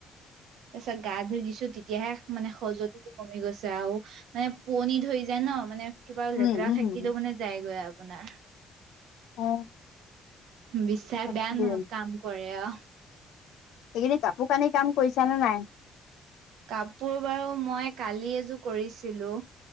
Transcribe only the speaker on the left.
উম উম
উম
অ
সঁচাকে
সেইখিনি কাপোৰ কানি কাম কৰিছা নে নাই